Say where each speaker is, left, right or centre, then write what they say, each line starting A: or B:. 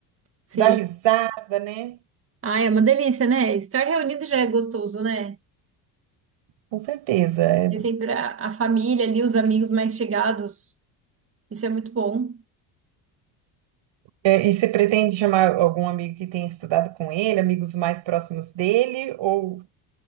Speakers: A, on the right (about 30°); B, on the right (about 65°).
A: Sim.
B: dar risada, né?
A: Ai, é uma delícia, né? Estar reunido já é gostoso, né?
B: Com certeza. É,
A: De sempre a, a família ali, os amigos mais chegados. Isso é muito bom.
B: é, e você pretende chamar algum amigo que tenha estudado com ele, amigos mais próximos dele ou